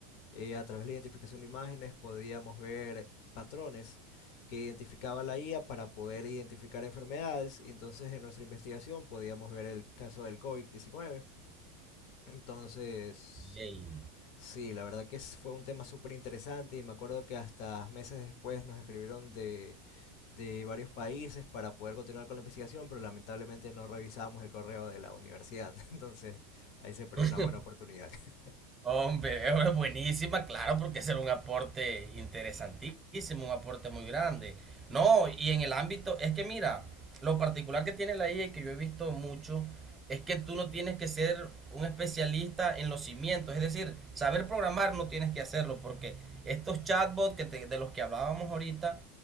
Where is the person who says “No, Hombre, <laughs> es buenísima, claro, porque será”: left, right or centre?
Right